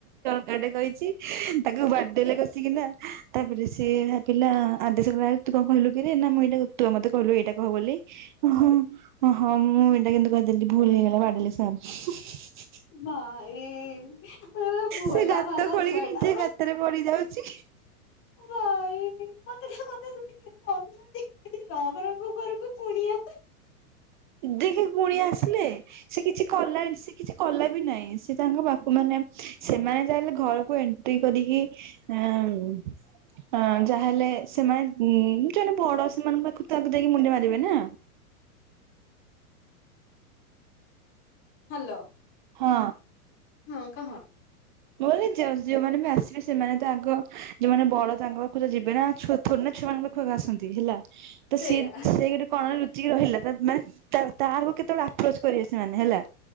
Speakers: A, on the right; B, on the left.
A: ଆଟେ କହିଚି ତାକୁ ବାଡେଇଲେ କସିକିନା ତାପରେ ସେ ଭାବିଲା ଆଦ୍ୟାଶା କହିଲା ତୁ କଣ କହିଲୁ କିରେ ନା ମୁଁ ଏଇଟା ତୁପା ମତେ କହିଲୁ ଏଇଟା କହ ବୋଲି। ଓହୋ ଓହୋ ମୁଁ ଏଇଟା କିନ୍ତୁ କହିଦେଲିି ଭୁଲ୍ ହେଇଗଲା ବାଡ଼େଇଲେ ସାର୍।
B: ଭାଇ ରେ ଅ ଭୋଲା
A: ସେ ଗାତ
B: ଭାଲା
A: ଖୋଳିକି
B: ଛୁଆଟା।
A: ନିଜେ ଗାତରେ ପଡି ଯାଉଛି।
B: ଭାଇ ମତେ ତା କଥା ଶୁଣିକି <unintelligible> ରଖ ରଖ ଘରକୁ କୁଣିଆ
A: ଦେଖେ କୁଣିଆ ଆସିଲେ ସେ କିଛି କଲାନି ସେ କିଛି କଲା ବି ନାଇଁ ସେ ତାଙ୍କ ବାପ ମାନେ ସେମାନେ ଯାହାହେଲେ ଘରକୁ ଏନ୍ ତି କରିକି ଆମ୍ ଆଁ ଯାହାହେଲେ ସେମାନେ ହୁଁ ଜଣେ ବଡ଼ ସେମାନଙ୍କ ପାଖୁ ତ ଆଗ ଯାଇକି ମୁଣ୍ଡିଆ ମାରିବେ ନା।
B: ହାଲୋ।
A: ହଁ।
B: ହଁ କହ।
A: ମୁଁ କଇଲି ଜଜ୍ ଯୋଉମାନେ ବି ଆସିବେ ସେମାନେ ତ ଆଗ ଯୋଉମାନେ ବଡ଼ ତାଙ୍କ ପାଖକୁ ତ ଯିବେନା ଛୁଆ ଥୋରି ନା ଛୁଆମାନଙ୍କ ପା ପାଖକୁ ଆସନ୍ତି ହେଲା ତ
B: ସେଇଆ
A: ସିଏ ସେଇଟୁ କଣ ଲ ଟିକେ ରହିଲା ତା ମାନେ ତା ତାରକୁ କେତେବେଳେ ଆପ୍ରୋଚ୍ କରିବେ ସେମାନେ ହେଲା।